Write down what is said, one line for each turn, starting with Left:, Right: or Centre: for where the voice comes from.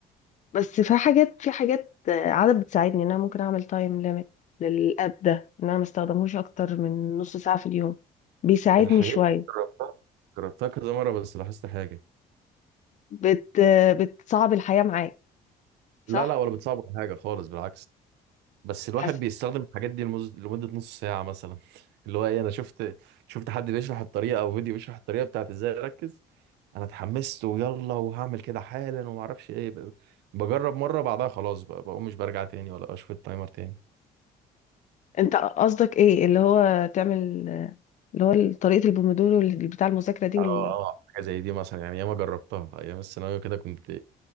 Left: بس في حاجات في حاجات آه، عادة بتساعدني ان انا ممكن اعمل تايم ليميت للاب ده ان انا ما استخدمهوش اكتر من نص ساعه في اليوم بيساعدني
Right: الحاجات
Left: شويه
Right: دي جربتها جربتها كذا مرة بس لاحظت حاجة
Left: بت آه، بتصعب الحياه معاك صح
Right: لا لا ولا بتصعب ولا حاجة خالص بالعكس بس الواحد
Left: حسن
Right: بيستخدم الحاجات دي لمز... لمدة نص ساعة مثلا <laughs> اللي هو ايه انا شفت شفت حد بيشرح الطريقة او فيديو بيشرح الطريقة بتاعت ازاي اركز انا اتحمست ويلا وهعمل كده حالا وما اعرفش ايه ب- بجرب مرة بعدها خلاص بقى بقوم مش برجع تاني ولا اشوف التايمر تاني
Left: انت قصدك ايه اللي هو تعمل آه، اللي هو طريقه البومودورو اللي بتاع المذاكره دي
Right: اه
Left: وال-
Right: اه حاجه زي دي مثلا يعني ياما جربتها ايام الثانويه كده كنت